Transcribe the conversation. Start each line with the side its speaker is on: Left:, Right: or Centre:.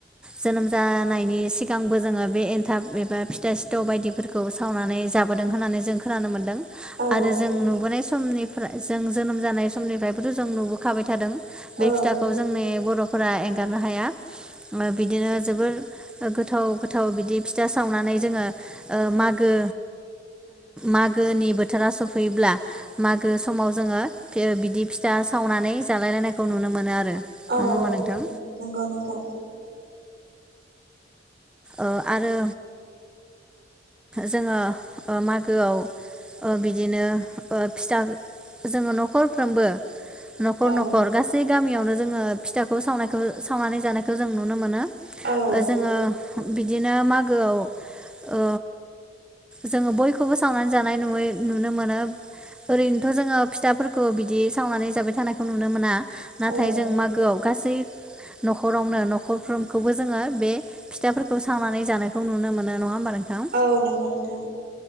Centre: जोनोम जानायनि सिगांबो जोङो बे एनथाब एबा फिथा सिथाव बायदिफोरखौ सावनानै जाबोदों होननानै जों खोनानो मोन्दों।
Right: औ
Centre: आरो जों नुबोनाय सम समनिफ्राय जों जोनोम जानाय समनिफ्रायबोथ' जों नुबोखाबाय थादों। बे
Right: औ
Centre: फिथाखौ जोंनि बर' फोरा एंगारनो हाया। बिदिनो जोबोर गोथाव गोथाव बिदि फिथा सावनानै जोङो मागो मागोनि बोथोरा सफैयोब्ला मागो समाव जोङो। बियो बिदि फिथा सावनानै जालाय लायनायखौ नुनो मोनो आरो
Right: औ
Centre: होमबा नोंथां
Right: नंगौ नोंथां
Centre: ओ आरो जोङो अ मागोआव ओ बिदिनो ओ फिथा जोङो न'खरफ्रोमबो न'खर
Right: औ
Centre: न'खर गासै गामियावनो जोङो फिथाखौ सावनायखौ सावनानै जानायखौ जों नुनो मोनो
Right: औ
Centre: ओ जोङो बिदिनो मागोआव ओ जोङो बयखौबो सावनानै जानाय नुयो नुनो मोनो ओरैनोथ' जोङो फिथाफोरखौ बिदि सावनानै जाबाय थानायखौ नुनो मोना नाथाय
Right: औ
Centre: जों मागोआव गासै न'खरावनो न'खरफ्रोमखौबो जोङो बे फिथा खौ सावनानै जानायखौ नुनो मोनो नङा होमबा नोंथां
Right: औ नंगौ नोंथां